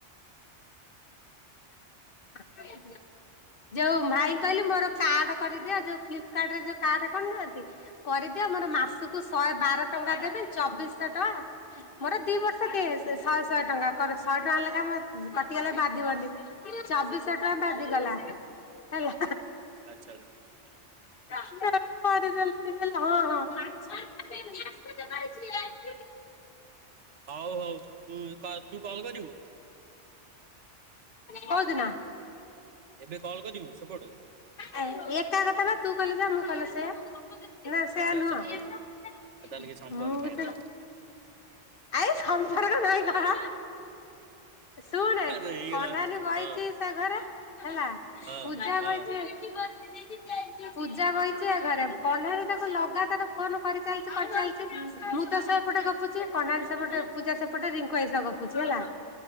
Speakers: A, on the left; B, on the right.
A: <inaudible> ଯୋଉ ଭାଇଙ୍କୁ କହିଲି ମୋର କାର୍ଡ କରିଦିଅ। ଯୋଉ ଫ୍ଲିପ୍ କାର୍ଡ ରେ ଯୋଉ କାର୍ଡ କରିନାହାନ୍ତି। କରି ଦିଅ, ମୋର
B: ହୁଁ
A: ମାସକୁ ଶହେ ବାର ଟଙ୍କା ଦେବି। ଚବିଶ ଶହ ଟଙ୍କା, ମୋର ଦି ବର୍ଷ ଦିଏ। ଶହେ, ଶହେ ଟଙ୍କା କଣ, ଶହେ ଟଙ୍କା ଲେଖାଏ ମୋର କଟିଗଲେ ବାଧିବନି। ଚବିଶହ ଟଙ୍କା ବାଜିଗଲା। ହେଲା।
B: ଆଛା, ଆଛା।
A: <inaudible> କରିଦେଲେ ଦିଦି କହିଲେ ହଁ ହଁ।
B: ହଉ ହଉ ତୁ କ ତୁ କଲ କରିବୁ।
A: କଉ ଦିନ।
B: ଏବେ କଲ୍ କରିବୁ ସେପଟୁ।
A: ଏ-ଏକା କଥା ବା ତୁ କଲେ ଯାହା ମୁଁ କଲେ ସେୟା। ନା ସେୟା
B: ଆଚ୍ଛା ଆଚ୍ଛା
A: ନୁହ
B: ହଉ। ଆଉ ତାହେଲେ କିଛି ସମ୍ପର୍କ
A: ମୁଁ
B: ନାହିଁ
A: ବି ତ।
B: ରଖ
A: ଆଇ ସମ୍ପର୍କ ନାହିଁ କଣ। ଶୁଣେ
B: ହେଇଗଲା
A: କଣ୍ଡାନି ବଇଛି
B: ହଁ
A: ସେ ଘରେ ହେଲା
B: ହଁ
A: ପୂଜା
B: ହଁ
A: ବଇଛି। କ ଗ ପୂଜା ବଇଛି ଏ ଘରେ କଣ୍ଢେଇ ତାକୁ ଲଗାତାର ଫୋନ କରିଚାଲିଛି କରିଚାଲିଛି ମୁଁ ତ ସେ ଏପଟେ ଗପୁଚି। କଣ୍ଡାନୀ ସେପଟେ ପୂଜା ସେପଟେ ରିଙ୍କୁ ଭାଇ ସହ ଗପୁଛି ହେଲା